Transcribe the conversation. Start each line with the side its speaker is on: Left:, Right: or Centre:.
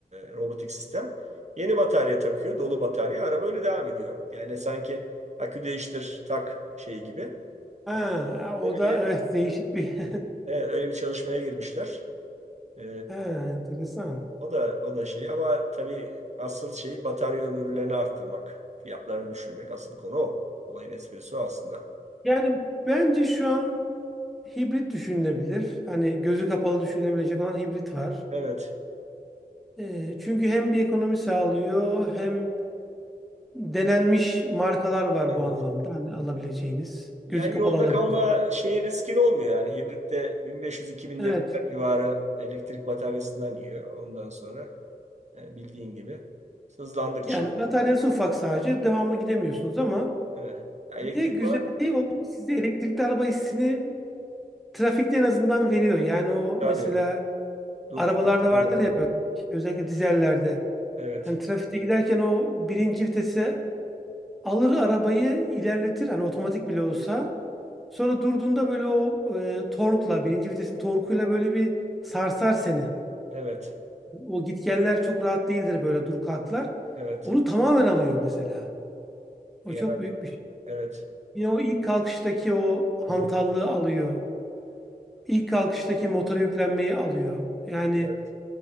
Right: robotik sistem. Yeni batarya takıyor, dolu batarya. Araba öyle devam ediyor. Yani sanki akü değiştir tak şeyi gibi.
Centre: Ha,
Right: E,
Centre: o
Right: öyle
Centre: da
Right: bir,
Centre: <laughs> evet değişik bir <laughs>
Right: evet, öyle bir çalışmaya girmişler. E,
Centre: ha, enteresan.
Right: o da o da şey ama tabii asıl şey batarya ömürlerini arttırmak, fiyatlarını düşürmek. Asıl konu o. Olayın esprisi o aslında.
Centre: Yani bence şu an hibrit düşünülebilir. Hani gözü kapalı düşünülebilecek olan hibrit var.
Right: Evet,
Centre: Ee, çünkü hem bir ekonomi sağlıyor hem denenmiş markalar var
Right: evet.
Centre: bu anlamda. Hani alabileceğiniz.
Right: Yani
Centre: Gözü kapalı
Right: yolda
Centre: alabileceğiniz.
Right: kalma şeyin riskin olmuyor yani. Hibritte 1500-2000
Centre: Evet.
Right: devirler civarı elektrik bataryasından yiyor. Ondan sonra e, bildiğin gibi hızlandıkça
Centre: Yani bataryası ufak sadece. Devamlı gidemiyorsunuz ama
Right: evet. Ya elektrik
Centre: bir de güzelliği
Right: var
Centre: o size elektrikli araba hissini trafikte en azından veriyor. Yani o
Right: tabii.
Centre: mesela
Right: Dur
Centre: arabalarda
Right: kalklarda.
Centre: vardır ya böyle, işte özellikle dizellerde.
Right: Evet.
Centre: Hani trafikte giderken o birinci vitese alır arabayı ilerletir. Hani otomatik bile olsa. Sonra durduğunda böyle o e, torkla, birinci vitesin torkuyla böyle bir sarsar seni.
Right: Evet.
Centre: O gitgeller çok rahat değildir böyle dur kalklar.
Right: Evet.
Centre: Onu tamamen alıyor mesela. O
Right: Yani
Centre: çok büyük bir şey.
Right: evet.
Centre: Yine o ilk kalkıştaki o hantallığı
Right: Hı hı.
Centre: alıyor. İlk kalkıştaki motora yüklenmeyi alıyor. Yani
Right: Evet.